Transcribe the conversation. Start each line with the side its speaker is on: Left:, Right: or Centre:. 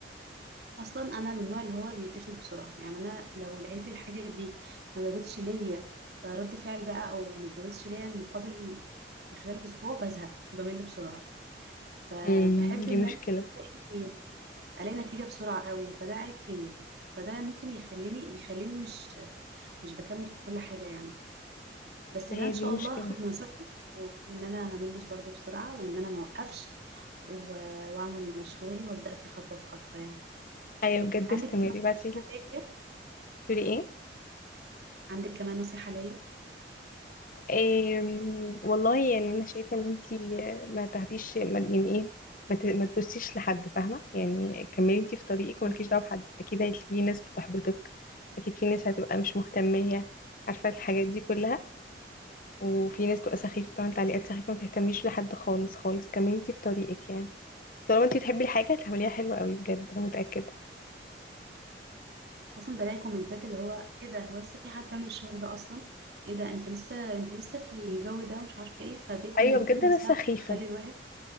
Right: اصلا انا من النوع اللي هو بيتقفل بسرعة يعني انا لو لقيت الحاجة دي ما جابتش ليا رد فعل بقى او ما جابتش ليا المقابل في خلال اسبوع بزهق بمل بسرعة فبحب
Left: امم دي
Right: ان
Left: مشكلة
Right: انا الاقي الاقي نتيجه بسرعه قوي فده عيب فيا فده ممكن يخليني بيخليني مش مش بكمل في كل حاجه يعني بس
Left: ما
Right: ده
Left: هي
Right: ان شاء
Left: دي مشكلة
Right: الله هاخد من نصيحتك و- وان انا ما ملش برضه بسرعه وان انا ما اوقفش و- واعمل مشروعي وابدا فيه خطوه بخطوه يعني
Left: أيوة بجد
Right: عندك
Left: استمري
Right: نصيحه
Left: بعتيلي
Right: ليا
Left: تقولي ايه
Right: عندك كمان نصيحه ليا
Left: أم، والله يعني أنا شايفة إن انتي ما تاخديش ما يعني ايه ما ت- ما تبصيش لحد فاهمة يعني كملي انتي في طريقك ومالكيش
Right: مم.
Left: دعوة بحد أكيد هي- في ناس بتحبطك أكيد في ناس هتبقى مش مهتمية عارفة الحاجات دي كلها وفي ناس تبقى سخيفة بتعمل تعليقات سخيفة ما تهتميش لحد خالص خالص كملي انتي في طريقك يعني طالما انتي بتحبي الحاجة هتعمليها حلوة قوي بجد انا متأكدة
Right: اصلا بلاقي كومنتات اللي هو ايه ده هو لسه في حد بيعمل الشغل ده اصلا ايه ده انت لسه انت لسه في الجو ده مش عارفه ايه فدي كومنتات
Left: ايوه بجد
Right: نفسها
Left: انا سخيفة
Right: بتخلي الواحد